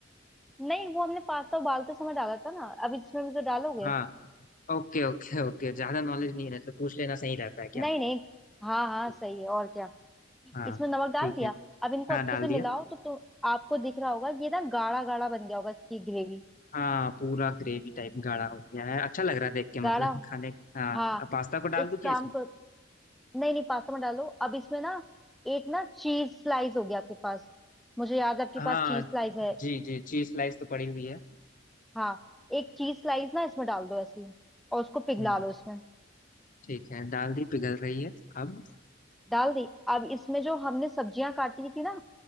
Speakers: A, in the centre; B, on the left.
A: नहीं वो हमने पास्ता उबालते समय डाला था ना अब इसमें भी तो डालोगे
B: हाँ ओके ओके ओके ज्यादा नॉलेज नहीं है तो पूछ लेना सही रहता है क्या
A: नहीं नहीं हाँ हाँ
B: जी
A: सही है और क्या
B: हाँ
A: इसमें नमक डाल
B: ठीक
A: दिया
B: है
A: अब इनको
B: हाँ
A: अच्छे
B: डाल
A: से मिलाओ
B: दिया
A: तो, तो आपको दिख रहा होगा ये ना गाढ़ा गाढ़ा बन गया होगा इसकी ग्रेवी
B: हाँ पूरा ग्रेवी टाइप गाढ़ा हो गया है अच्छा लग रहा है देख के मतलब
A: गाढ़ा
B: <laughs> खाने हाँ
A: हाँ
B: अब पास्ता को डाल
A: एक
B: दूं क्या
A: काम
B: इसमें
A: कर नहीं नहीं पास्ता में डालो अब इसमें ना एक ना चीज स्लाइस होगी आपके पास मुझे याद है आपके
B: हाँ
A: पास चीज स्लाइस है
B: जी जी चीज स्लाइस तो पड़ी हुई है
A: हाँ एक चीज स्लाइस ना इसमें डाल दो ऐसी और उसको पिघला
B: हम्म,
A: लो इसमें
B: ठीक है डाल दी पिघल रही है अब
A: डाल दी अब इसमें जो हमने सब्जियां काटी थी ना